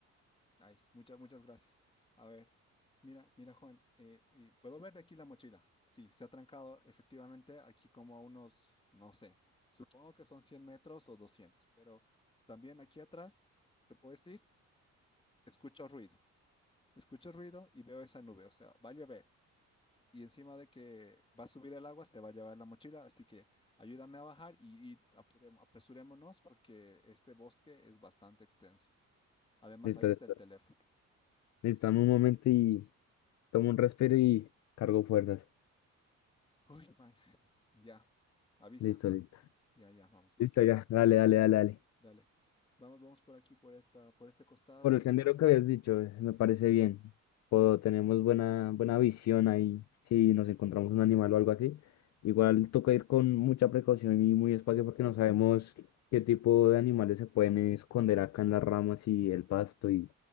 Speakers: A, on the left; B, on the left.
A: ay, muchas, muchas gracias. A ver, mira, mira, Juan, eh, eh, ¿puedo ver de aquí la mochila? Sí, se ha trancado efectivamente aquí como a unos, no sé, supongo que son 100 metros o doscientos pero también aquí atrás, ¿te puedo decir? escucho ruido, escucho ruido y veo esa nube, o sea, va a llover. Y encima de que va a subir el agua, se va a llevar la mochila, así que ayúdame a bajar y, y apurem- apresurémonos porque este bosque es bastante extenso. Además,
B: Listo,
A: ahí está
B: listo.
A: el teléfono.
B: Listo, dame un momento y tomo un respiro y cargo fuerzas.
A: Uy, man, ya, avisa.
B: Listo, listo.
A: Ya, ya, vamos, vamos.
B: Listo, ya. Dale, dale, dale, dale.
A: Dale. Vamos, vamos por aquí, por esta, por este costado.
B: Por el sendero que habías dicho, eh, me parece bien. Puedo, tenemos buena, buena visión ahí. Si nos encontramos un animal o algo así, igual toca ir con mucha precaución y muy despacio porque no sabemos qué tipo de animales se pueden esconder acá en las ramas y el pasto y